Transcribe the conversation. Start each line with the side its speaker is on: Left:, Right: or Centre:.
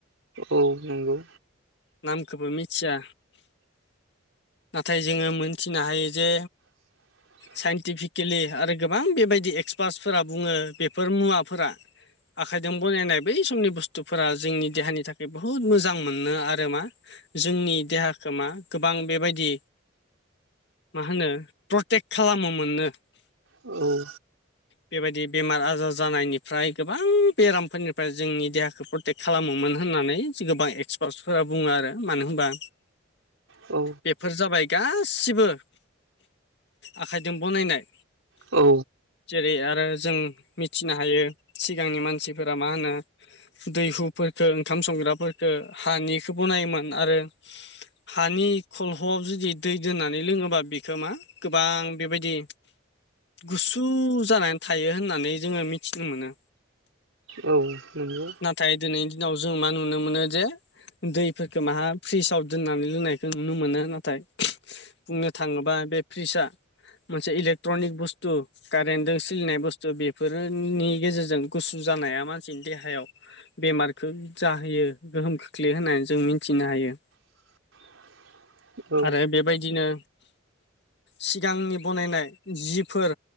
Right: औ नंगौ
Left: नामखौबो मिथिया नाथाय जोङो मोनथिनो हायो जे
Right: <inaudible>
Left: साइन्टिफिकेलि आरो गोबां बेबायदि एक्सपार्टसफोरा बुङो बेफोर मुवाफोरा आखाइजों बनायनाय बै समनि बुस्थुफोरा जोंनि देहानि थाखाय बहुद मोजां मोनो आरो मा जोंनि देहाखौ मा गोबां बेबायदि मा होनो प्रटेक्ट खालामोननो
Right: औ
Left: बेबायदि बेमार आजार जानायनिफ्राय गोबां बेरामफोरनिफ्राय जोंनि देहाखौ प्रटेक खालामोमोन होननानै गोबां एक्सपार्टसफोरा बुङो आरो मानो होनबा
Right: औ
Left: बेफोर जाबाय गासिबो आखाइजों बनायनाय
Right: औ
Left: जेरै आरो जों मिथिनो हायो सिगांनि मानसिफोरा मा होनो दै हुफोरखौ ओंखाम संग्राफोरफोरखौ हानिखौ बनायोमोन आरो हानि खलह'आव जुदि दै दोननानै लोङोबा बेखो मा गोबां बेबायदि गुसु जानानै थायो होननानै जोङो मिथिनो मोनो।
Right: औ नंगौ।
Left: नाथाय दिनैनि दिनाव जों मा नुनो मोनो जे दैफोरखौ माहा फ्रिजाव दोननानै लोंनायखौ नुनो मोनो नाथाय बुंनो थाङोबा बे फ्रिज आ मोनसे इलेक्ट्रनिक बुस्थु गा रेन्दों सोलिनाय बुस्थु बेफोरनि गेजेरजों गुसु जानाया मानसिनि देहायाव बेमारखौ जाहोयो गोहोम खोख्लैयो होननानै जों मिनथिनो हायो।
Right: <inaudible> औ
Left: आरो बेबायदिनो सिगांनि बनायनाय जिफोर